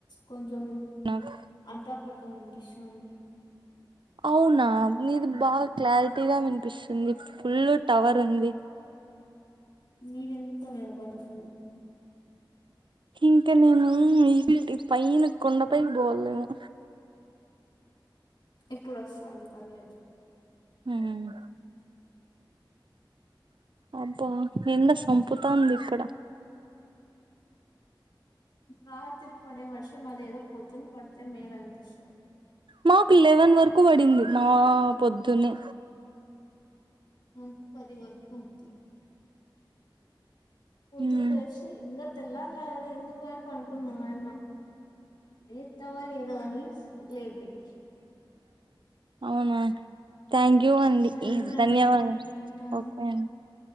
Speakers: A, on the left; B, on the right.
A: కొంచెం
B: నాకు
A: అర్థం కొడతాం ఇనిపిస్తుంది
B: అవునా నిది బాగా క్లారిటీగా వినిపిస్తుంది ఫుల్ టవర్ ఉంది
A: మీరు ఎందుకో మ కోల్త <inaudible>
B: ఇంకా నేను ఈ ఫీ ఈ పైన కొండపైైకి పోవాలలేమో
A: ఇప్పుడు వస్తాంది పర్లేేదు
B: హుమ్మ్ అబ్బా ఎండ సంపుతంది ఇక్కడ
A: రాత్రి పడే వర్షం అదే ఏదో పొద్దున పడితే మేలు అనిపిస్తుంది
B: మాకు లెవెన్ వరకు పడింది మా పొద్దున్నీ
A: నకు పది వరకు ఉంది పొద్దునలేసి
B: ఉమ్
A: ఇంగ తెల్లారలే ఎందుకు అని పడుకున్న మాయమ్మ లే తవా లేదా అని లేపోయింది
B: అవునా థ్యాంక్ యూ అండి
A: సరేనండి
B: ధన్యవాదాలు
A: ఉంటాను
B: ఓకే అండి